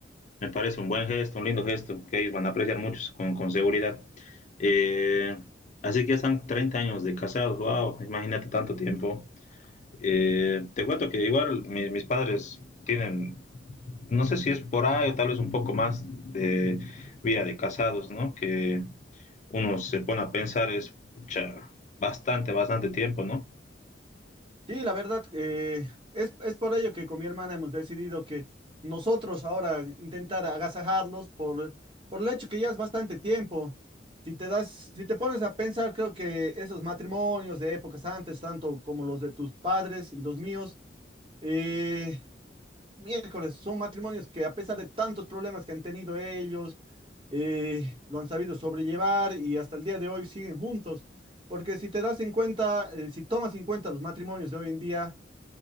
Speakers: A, on the left; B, on the right.
A: Me parece un buen gesto, un lindo gesto, que ellos van a apreciar mucho con, con seguridad. Eh, así que ya están 30 años de casados, wow, imagínate tanto tiempo. Eh, te cuento que igual mi- mis padres tienen, no sé si es por ahí o tal vez un poco más de vida de casados, ¿no? Que uno se pone a pensar es ya bastante, bastante tiempo, ¿no?
B: Sí, la verdad, eh, es, es por ello que con mi hermana hemos decidido que nosotros ahora intentar agasajarlos por, por el hecho que ya es bastante tiempo. Si te das, si te pones a pensar, creo que esos matrimonios de épocas antes, tanto como los de tus padres y los míos, eh, miércoles, son matrimonios que a pesar de tantos problemas que han tenido ellos, eh, lo han sabido sobrellevar y hasta el día de hoy siguen juntos. Porque si te das en cuenta, eh, si tomas en cuenta los matrimonios de hoy en día,